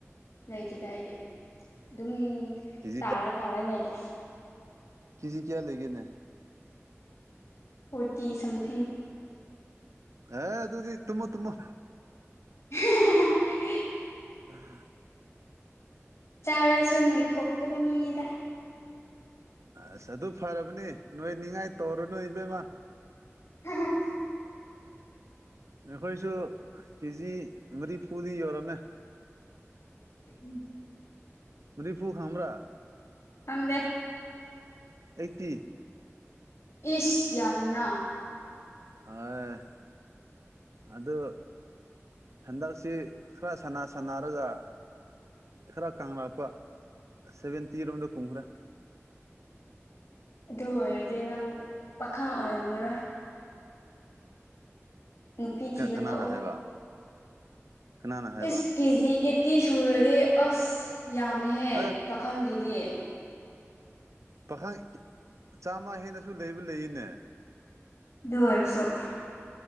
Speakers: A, on the left; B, on the right.
A: ꯂꯩꯇꯦꯗꯏꯗꯤ ꯑꯗꯨꯝ
B: ꯀꯦꯖꯤ
A: ꯇꯥꯔ ꯇꯥꯔ ꯂꯩꯔꯦ
B: ꯀꯖꯤ ꯀꯌꯥ ꯂꯩꯒꯦꯅꯦ
A: ꯐꯣꯔꯇꯤ ꯁꯝꯊꯤꯡ
B: ꯑꯦ ꯑꯗꯨꯗꯤ ꯇꯨꯝꯃ ꯇꯨꯝꯃ
A: <unintelligible>
B: ꯑ
A: ꯆꯥꯔꯁꯨ ꯅꯣꯏꯊꯣꯛꯇꯕ ꯃꯤꯅꯤꯗ
B: ꯑꯁ ꯑꯗꯨ ꯐꯔꯕꯅꯦ ꯅꯣꯏ ꯅꯤꯡꯉꯥꯏ ꯇꯧꯔꯨꯅꯨ ꯏꯕꯦꯝꯃ
A: ꯍ
B: ꯑꯩꯈꯣꯏꯁꯨ ꯀꯦꯖꯤ ꯃꯔꯤꯐꯨꯗꯤ ꯌꯧꯔꯝꯃꯦ
A: ꯎꯝ
B: ꯔꯤꯐꯨ ꯈꯥꯡ꯭ꯔꯥ
A: ꯈꯪꯗꯦ
B: ꯑꯦꯇꯤ
A: ꯏꯁ ꯌꯥꯃꯤꯅꯥ
B: ꯑ ꯑꯗꯨ ꯍꯟꯗꯛꯁꯤ ꯈꯔ ꯁꯅꯥ ꯁꯟꯅꯔꯒ ꯈꯔ ꯀꯅꯛꯄ ꯁꯚꯦꯟꯇꯤꯔꯣꯝꯗ ꯀꯨꯝꯈ꯭ꯔꯦ
A: ꯑꯗꯨ ꯑꯣꯏꯔꯗꯤ ꯅꯪ ꯄꯥꯈꯪ ꯑꯣꯏꯔꯝꯃꯔꯣꯏ ꯅꯨꯄꯤ ꯊꯤꯕ
B: ꯀꯅꯥꯅ
A: ꯇꯣꯛꯑꯣ
B: ꯍꯥꯏꯕ ꯀꯅꯥꯅ ꯍꯥꯏꯕ
A: ꯏꯁ ꯀꯦꯖꯤ ꯑꯩꯠꯇꯤ ꯁꯨꯔꯗꯤ ꯑꯁ ꯌꯥꯝꯃꯦꯍꯦ
B: ꯑꯦ
A: ꯄꯥꯈꯪꯒꯤꯗꯤ
B: ꯄꯥꯈꯪ ꯆꯥꯝꯃ ꯍꯦꯟꯅꯁꯨ ꯂꯩꯕ ꯂꯩꯌꯦꯅꯦ
A: ꯑꯣꯏꯔꯁꯨꯣ